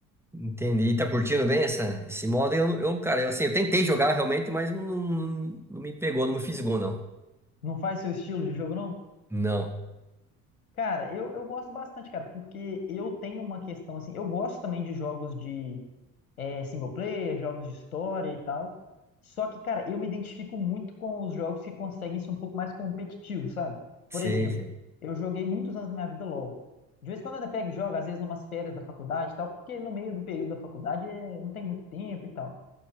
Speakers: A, in the centre; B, on the left (about 80°).
A: Entendi. Tá curtindo bem essa, esse modo? Eu, eu, cara, eu, assim, eu tentei jogar realmente, mas não, não, não me pegou, não me fisgou, não.
B: Não faz seu estilo de jogo, não?
A: Não.
B: Cara, eu, eu gosto bastante, cara, porque eu tenho uma questão, assim, eu gosto também de jogos de é, single player, jogos de história e tal. Só que, cara, eu me identifico muito com os jogos que conseguem ser um pouco mais competitivos, sabe?
A: Sei,
B: Por exemplo,
A: sei.
B: eu joguei muitos anos da minha vida LoL. De vez em quando eu ainda pego e jogo, às vezes numas férias da faculdade e tal, porque no meio do período da faculdade é, não tem muito tempo e tal.